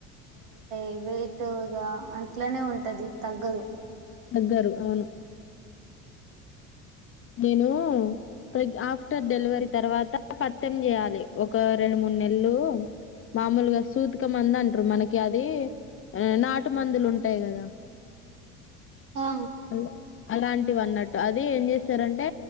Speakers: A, on the right; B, on the left.
A: అంటే వెయిట్ ఇగా అంట్లోనే ఉంటది తగ్గదు
B: తగ్గరు అవును నేను ప్ర ఆఫ్టర్ డెలివరీ తర్వాత పతం చేయాలి ఒక రెండు మూడు నెల్లు మామూలుగా సూతిక మందు అంటారు మనకి అది నాటు మందులు ఉంటాయి కదా
A: ఆ
B: అలా- అలాంటివి అన్నట్టు అది ఏం చేస్తారంటే